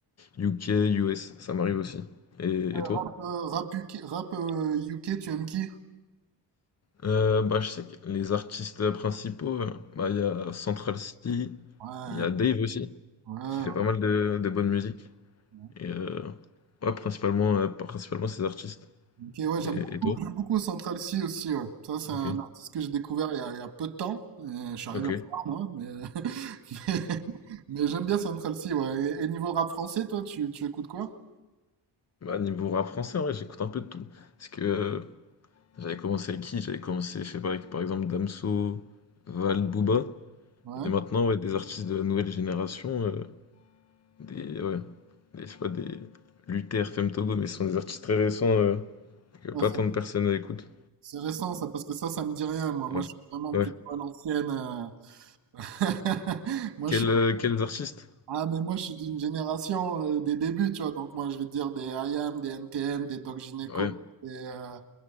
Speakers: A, on the left; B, on the right.
A: UK, US, ça m'arrive aussi. Et, et toi?
B: Rap, euh, rap UK, rap, euh, UK, tu aimes qui?
A: Euh, bah je sais que les artistes principaux, euh, bah il y a Central C,
B: Ouais,
A: il y a Dave aussi,
B: ouais,
A: qui fait pas mal de, de bonne musique.
B: ouais.
A: Et euh, ouais, principalement, euh, principalement ces artistes.
B: Ok, ouais, j'aime
A: Et,
B: beaucoup,
A: et toi?
B: j'aime beaucoup Central C aussi, ouais. Ça, c'est un
A: Ok.
B: artiste que j'ai découvert il y a, il y a peu de temps, et je suis arrivé
A: OK.
B: en retard moi, mais, <laughs> mais, mais j'aime bien Central C, ouais. Et, et niveau rap français, toi, tu, tu écoutes quoi?
A: Bah, niveau rap français, en vrai, j'écoute un peu de tout. Parce que euh, j'avais commencé avec qui? J'avais commencé, je sais pas, avec par exemple Damso, Val, Booba.
B: Ouais.
A: Et maintenant, ouais, des artistes de la nouvelle génération, euh, des, ouais, des, je sais pas, des Luther, Femme Togo, mais ce sont des artistes très récents euh, que
B: ouais,
A: pas tant de personnes écoutent.
B: C'est récent ça, parce que ça, ça me dit rien, moi. Moi,
A: Ouais.
B: je suis vraiment
A: Ouais.
B: plutôt à l'ancienne. euh. <laughs> Moi,
A: Quels,
B: je suis...
A: euh, quels artistes?
B: Ah, mais moi, je suis d'une génération euh, des débuts, tu vois. Donc, moi, je vais te dire des IAM, des NTM, des Doc Gynéco,
A: Ouais,
B: des, euh,